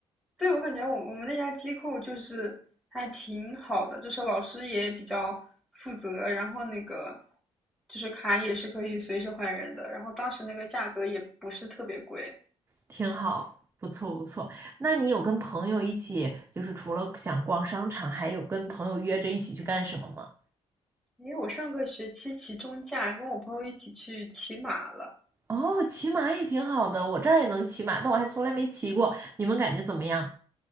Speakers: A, in the centre; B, on the right.
A: 对，我感觉我我们那家机构就是还挺好的，就是老师也比较负责，然后那个就是卡也是可以随时换人的，然后当时那个价格也不是特别贵。
B: 挺好，不错不错。那你有跟朋友一起，就是除了想逛商场，还有跟朋友约着一起去干什么吗？
A: 因为我上个学期期中假跟我朋友一起去骑马了，
B: 哦，骑马也挺好的，我这儿也能骑马，但我还从来没骑过。你们感觉怎么样？